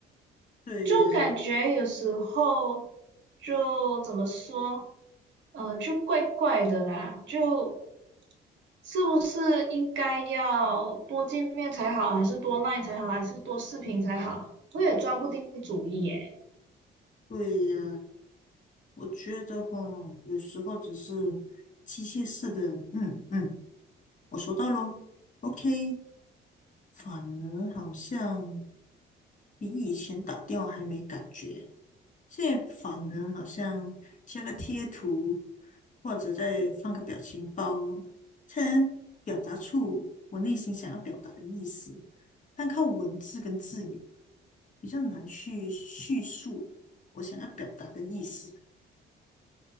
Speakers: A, on the left; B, on the right.
A: 对呀，
B: 就感觉有时候就怎么说，呃，就怪怪的啦，就。是不是应该要多见面才好，还是多 LINE 才好，还是多视频才好？我也抓不定主意耶。
A: 对呀，我觉得哈，有时候只是机械式的，嗯嗯，我收到咯 o k 反而好像比以前打电话还没感觉，现在反而好像加个贴图，或者再放个表情包，才能表达出我内心想要表达的意思，但靠文字跟字眼。比较难去叙述我想要表达的意思。